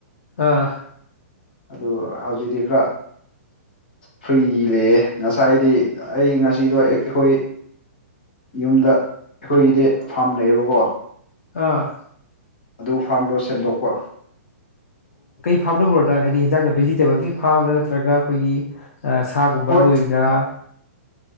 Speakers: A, on the left (about 65°); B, on the left (about 40°).
A: ꯑꯥ
B: ꯑꯗꯨ ꯍꯧꯖꯤꯛꯇꯤ ꯈꯔ ꯐ꯭ꯔꯤ ꯂꯩꯑꯦ ꯉꯁꯥꯏꯗꯤ ꯑꯩ ꯉꯁꯤꯗꯣ ꯑꯩꯈꯣꯏ ꯌꯨꯝꯗ ꯑꯩꯈꯣꯏꯒꯤꯗꯤ ꯐꯥꯝ ꯂꯩꯩꯌꯦꯕꯀꯣ
A: ꯑꯥ
B: ꯑꯗꯨ ꯐꯥꯔꯝꯗꯣ ꯁꯦꯝꯗꯣꯛꯄ
A: ꯐꯥꯝꯅꯕꯨꯔꯗ ꯍꯥꯏꯗꯤ ꯍꯟꯖꯥꯡꯗ ꯚꯦꯖꯤꯇꯦꯕꯜꯒꯤ ꯐꯥꯝꯗ ꯅꯠꯇ꯭ꯔꯒ ꯑꯩꯈꯣꯏꯒꯤ ꯁꯥꯒꯨꯝꯕ
B: ꯍꯣꯏ
A: ꯂꯣꯏꯕꯔꯥ